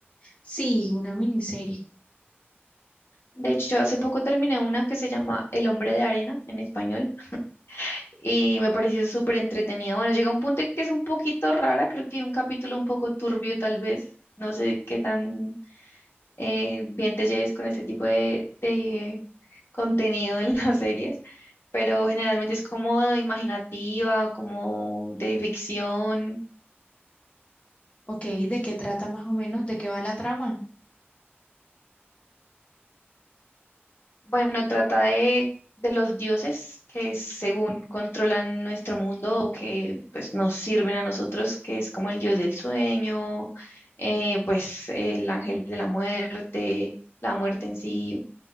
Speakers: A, on the left (about 30°); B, on the left (about 70°).
A: Sí, una miniserie.
B: De hecho, hace poco terminé una que se llama El hombre de arena en español y me pareció súper entretenida. Bueno, llega un punto en que es un poquito rara, creo que hay un capítulo un poco turbio tal vez. No sé qué tan eh, bien te lleves con este tipo de, de contenido en <laughs> las series, pero generalmente es como imaginativa, como de ficción.
A: Ok, ¿de qué trata más o menos? ¿De qué va la trama?
B: Bueno, trata de, de los dioses que según controlan nuestro mundo o que pues nos sirven a nosotros, que es como el dios del sueño, eh, pues el ángel de la muerte, la muerte en sí.